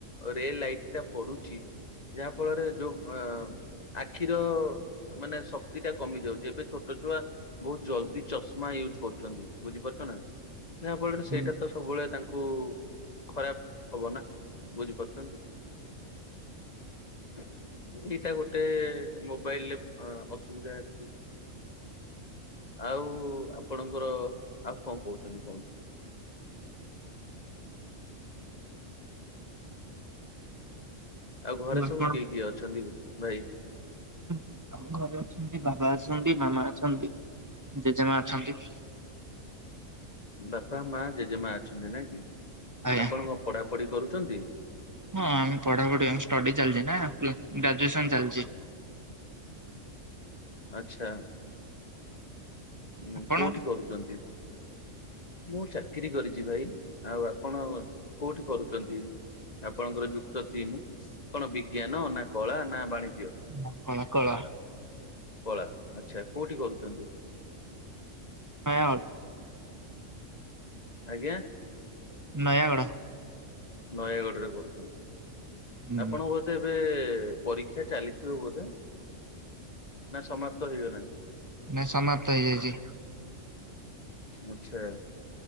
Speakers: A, on the left; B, on the right.
A: ରେ ଲାଇଟଟା ପଡୁଚି ଯାହା ଫଳରେ ଯୋଉ ମ ଆଖିର ମାନେ ଶକ୍ତିଟା କମି ଯାଉଚି ଏବେ ଛୋଟ ଛୁଆ ବୋହୁତ ଜଲଦି ଚଷମା ୟୁଜ କରୁ ଛନ୍ତି ବୁଝିପାରୁଛ ନା ଯାହା ଫଳରେ ସେଇଟା
B: ଆଉ
A: ତ ସବୁବେଳେ ତାଙ୍କୁ ଖରାପ ହବ ନା ବୁଝି ପାରୁଚନ୍ତି। ହ ଏଇଟା ଗୋଟେ ମୋବାଇଲରେ ଅ ଅସୁବିଧା ଅଛି। ଆଉ ଆପଣଙ୍କର ଆଉ କଣ କୋହୁଚନ୍ତି କୁହନ୍ତୁ। ଆଉ ଘରେ ସବୁ
B: ଆପଣ
A: କିଏ କିଏ ଅଛନ୍ତି ଏବେ ଭାଇ?
B: ହୁଁ ଆମ ଘରେ ଅଛନ୍ତି ବାବା ଅଛନ୍ତି, ମାମା ଅଛନ୍ତି, ଜେଜେମା ଅଛନ୍ତି।
A: ବାପା, ମାଆ, ଜେଜେମାଆ ଅଛନ୍ତି ନାଇ କି
B: ଆଜ୍ଞା
A: ଆପଣ କଣ ପଢାପଢି କରୁଚନ୍ତି?
B: ହଁ ଆମ ପଢାପଢି ଅମ ଷ୍ଟଡି ଚାଲିଚି ନା <unintelligible> ଗ୍ରାଜୁଏସନ ଚାଲଚି।
A: ଆଛା ଉମୁ
B: ଆପଣ
A: କୋଉଠି କରୁଚନ୍ତି? ମୁଁ ଚାକିରୀ କରିଚି ଭାଇ ଆଉ ଆପଣ କୋଉଠି କରୁଚନ୍ତି? ଆପଣଙ୍କର ଯୁକ୍ତ ତିନି କଣ ବିଜ୍ଞାନ ନା କଳା ନା ବାଣିଜ୍ୟ?
B: ମୋ କଳା କଳା।
A: କଳା ଆଚ୍ଛା କୋଉଠି କରୁଚନ୍ତି?
B: ନୟାଗଡ।
A: ଆଗିଆଁ?
B: ନୟାଗଡ଼।
A: ନୟାଗଡରେ କରୁଚନ୍ତି
B: ହୁଁ।
A: ଆପଣଙ୍କୁ ବୋଧେ ଏବେ ପରୀକ୍ଷା ଚାଲିଥିବ ବୋଧେ ନା ସମାପ୍ତ ହେଇଗଲାଣି?
B: ନାଇଁ ସମାପ୍ତ ହେଇଯାଇଚି।
A: ଆଚ୍ଛା